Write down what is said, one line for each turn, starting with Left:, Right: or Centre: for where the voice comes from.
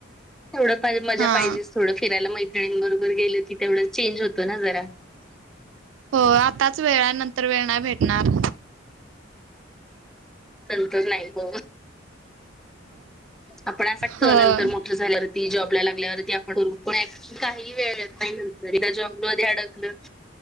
Centre: तेवडं मजा
Right: हा.
Centre: पाहिजे थोडं फिरायला मैत्रणींबरोबर गेलो त तेवढं चेंज होतो ना जरा ज्ञररभृल
Right: हो आताच वेळ नंतर वेळ नाही भेटणार
Centre: बलतच नाही ब आपण अस वागत
Right: होय.
Centre: नंतर मोठ झाल्यावरती जॉबला लागल्यावरती आप. काही वेळ येत नाही नंतरदा एकदा जॉबमध्ये अडकल